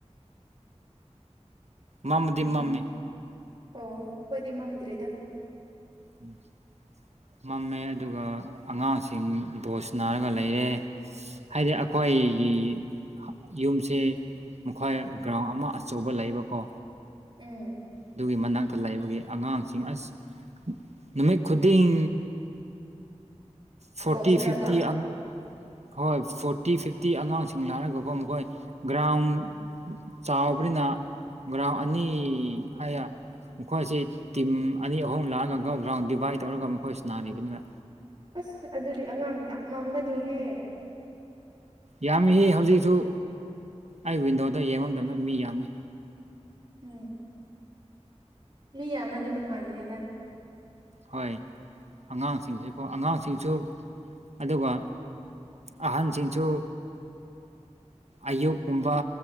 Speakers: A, on the right; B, on the right.
A: ꯃꯃꯗꯤ
B: ꯎꯝ
A: ꯃꯝꯃꯦ
B: ꯑꯣ ꯑꯈꯣꯏꯗꯤ ꯃꯝꯗ꯭ꯔꯤꯗ
A: <inaudible> ꯃꯝꯃꯦ ꯑꯗꯨꯒ ꯑꯉꯥꯡꯁꯤꯡ ꯕꯣꯜ ꯁꯅꯥꯔꯒ ꯂꯩꯔꯦ ꯍꯥꯏꯗꯤ ꯑꯈꯣꯏꯒꯤ ꯌꯨꯝꯁꯦ ꯃꯈꯣꯏ ꯒ꯭ꯔꯥꯎꯟ ꯑꯃ ꯑꯆꯧꯕ ꯂꯩꯕꯀꯣ
B: ꯎꯝ
A: ꯑꯗꯨꯒꯤ ꯃꯅꯥꯛꯇ ꯂꯥꯩꯕꯒꯤ ꯑꯉꯥꯡꯁꯤꯡ ꯑꯁ ꯅꯨꯃꯤꯠ ꯈꯨꯗꯤꯡ ꯐꯣꯔꯇꯤ
B: ꯕꯣꯜ ꯁꯥꯟꯅꯕ
A: ꯐꯤꯞꯇꯤ ꯑꯉ ꯍꯣꯏ ꯐꯣꯔꯇꯤ ꯐꯤꯐꯇꯤ ꯑꯉꯥꯡꯁꯤꯡ ꯂꯥꯛꯔꯒꯀꯣ ꯃꯈꯣꯏ ꯒ꯭ꯔꯥꯎꯟ ꯆꯥꯎꯕꯅꯤꯅ ꯒ꯭ꯔꯥꯥꯎꯟ ꯑꯅꯤ ꯍꯥꯏꯌꯦ ꯃꯈꯣꯏꯁꯤ ꯇꯤꯝ ꯑꯅꯤ ꯑꯍꯨꯝ ꯂꯥꯛꯑꯒ ꯒ꯭ꯔꯥꯎꯟ ꯗꯤꯚꯥꯏꯠ ꯇꯧꯔꯒ ꯃꯈꯣꯏ ꯁꯅꯥꯔꯤꯕꯅꯤꯕꯥ
B: ꯑꯁ ꯑꯗꯨꯗꯤ ꯑꯉꯥꯡ ꯌꯥꯝ ꯃꯝꯒꯅꯤꯍꯦ
A: ꯌꯥꯝꯃꯤꯁꯤ ꯍꯧꯖꯤꯛꯁꯨ ꯑꯩ ꯋꯤꯟꯗꯣꯗ ꯌꯦꯡꯕ ꯃꯇꯝꯗ ꯃꯤ ꯌꯥꯝꯃꯤ
B: ꯎꯝ ꯃꯤ ꯌꯥꯝꯃꯗꯤ ꯅꯨꯡꯉꯥꯏꯕꯅꯦꯗ
A: ꯍꯣꯏ ꯑꯉꯥꯡꯁꯤꯡꯁꯨꯀꯣ ꯑꯉꯥꯡꯁꯤꯡꯁꯨ ꯑꯗꯨꯒ ꯑꯍꯟꯁꯤꯡꯁꯨ ꯑꯌꯨꯛꯀꯨꯝꯕ